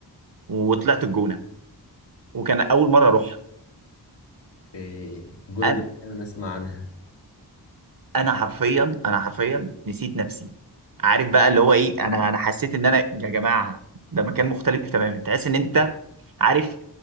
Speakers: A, on the right; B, on the left.
A: وطلعت الجونه وكان اول مره اروح
B: إيه الجونه
A: انا
B: دي دايما اسمع عنها
A: انا حرفيا انا حرفيا نسيت نفسي عارف بقى اللي هو ايه انا انا حسيت ان انا يا جماعه ده مكان مختلف تماما تحس ان انت عارف